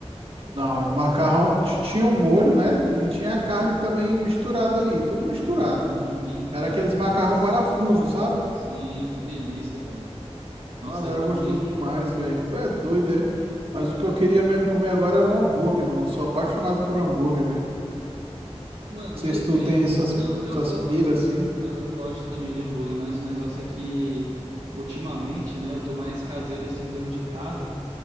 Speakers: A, on the right; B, on the right.
A: Não, era o macarrão, t- tinha um molho, né? E tinha a carne também misturada ali, tudo misturado.
B: Hum, entendi,
A: Era aqueles
B: cara.
A: macarrão
B: Nossa.
A: parafuso, sabe?
B: Sim, que delícia, velho. Nossa,
A: Mano,
B: é
A: era
B: bom,
A: gostoso
B: hein?
A: demais, velho. Tu é doido, é? Mas o que eu queria mesmo comer agora era um hambúrguer, mano. Eu sou apaixonado por hambúrguer, velho. Não
B: Mano,
A: sei
B: depende.
A: se tu tem essas,
B: Não, eu,
A: essas
B: eu,
A: piras
B: go-
A: assim.
B: não, eu gosto também de hambúrguer, mas o negócio é que ultimamente, né, eu tô mais caseiro assim, dono de casa.